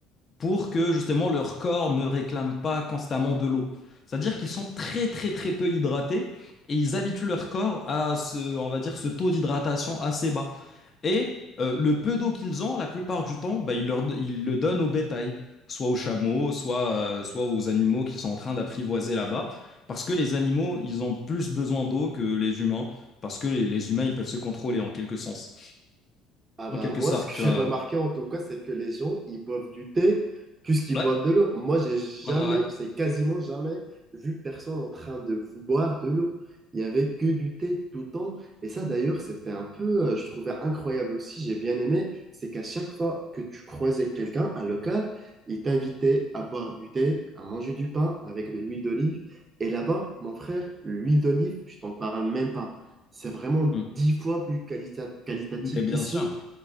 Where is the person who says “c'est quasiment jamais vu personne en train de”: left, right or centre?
Right